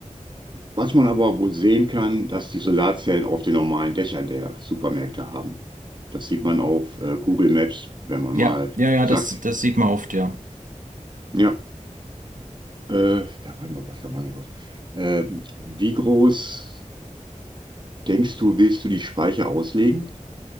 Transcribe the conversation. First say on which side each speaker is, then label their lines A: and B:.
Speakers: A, on the right; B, on the right.
A: was man aber wohl sehen kann, dass die Solarzellen auf den normalen Dächern der Supermärkte haben. Das sieht man auf äh, Google Maps, wenn man
B: Ja,
A: mal,
B: ja, ja,
A: zack,
B: das, das sieht man oft, ja.
A: ja, äh, da war noch was, da war noch was. Äh, wie groß? Denkst du, willst du die Speicher auslegen,